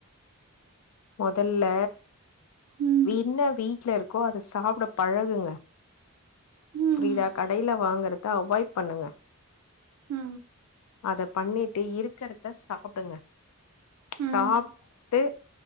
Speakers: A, on the left; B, on the right.
A: மொதல்ல
B: ம்
A: என்ன வீட்ல இருக்கோ அத சாப்ட பழகுங்க
B: ம்
A: புரியிதா கடைல வாங்கறத்த அவாய்ட் பண்ணுங்க
B: ஆ
A: அத பண்ணிட்டு இருக்கிறத சாப்டுங்க
B: ம்
A: சாப்ட்டு